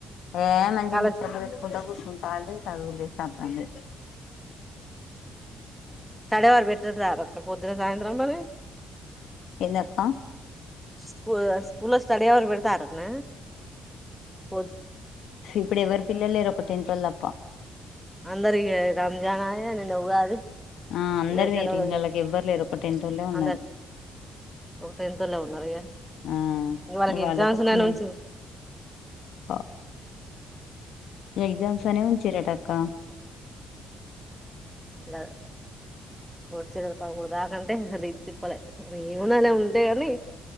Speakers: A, on the left; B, in the centre.
A: ఎ నాతో
B: కాల
A: ముచ్చట్లు పెట్టుకుంట కుసుంటే సగ్ చదువు లే సంతన లే
B: సడేవారు <unintelligible> పెట్ట పొద్దుిన సాయంత్రం మరి
A: ఏంది అక్క
B: స్కూ స్కూల్ లో స్టడీవరు పేడతార టన పోదు
A: సి ఇప్పుడు ఎవరు పిల్ల లేరు ఒక టెన్ట్ వాళ్ళ తప్ప
B: అందరూ ఇగ రంజాన్ అయ నిన్న ఉగాది
A: ఆ అందరు
B: ఇగ సెలవు
A: వేరు ఇళ్ళలోకి ఎవ్వరు లేరు ఒకటె ఇంటిల్లే ఉన్నారు
B: అందరు ఒక టెన్త్ వోల్లే ఉన్నారు ఇగ
A: ఆ
B: వాళ్ళకి
A: వాళ్ళకు
B: ఎగ్జామ్స్
A: ఒక
B: ఉన్నాయను
A: మే
B: ఉంచ
A: ఆ ఎగ్జామ్స్ అనే విచ్చిరటక్క
B: లేవు వచ్చే నెల పద మూడు దాక అంటే అసలే తిప్పలే మరి ఏమన్ననే ఉంటయని